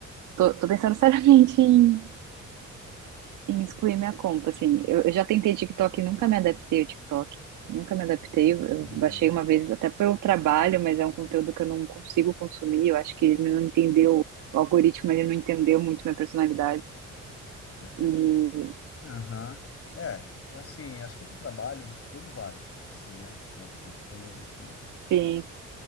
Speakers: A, on the right; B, on the left.
A: tô, tô pensando <laughs> seriamente em, em excluir minha conta, assim. Eu, eu já tentei TikTok e nunca me adaptei ao TikTok. Nunca me adaptei. Eu eu
B: Uhum.
A: baixei uma vez até pelo trabalho, mas é um conteúdo que eu não consigo consumir. Eu acho que ele
B: Lógico.
A: não entendeu, o algoritmo ele não entendeu muito minha personalidade.
B: Eu- eu-
A: E
B: Aham. É, é assim, acho que para o trabalho tudo vale, assim, né? No final das contas, sendo lícito, mas
A: Sim.